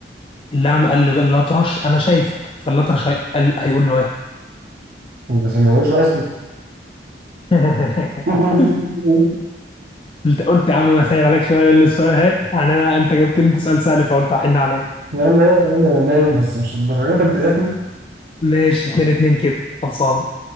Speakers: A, on the left; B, on the right.
A: اللي اعمى قال للاطرش انا شايفك فالاطرش هي- قال هيقول له ايه
B: ما سمعوش اصلا
A: <laughs>
B: <laughs>
A: قلت قلت يا عم ما سهل عليك شويه لان السؤال اهي يعني انا انت جبت لي انت سؤال سهل فقلت احن عليه
B: يا عم أيوة يا عم انا نايم بس مش الدرجات دي يعني
A: ماشي اتنين اتنين كده خلصان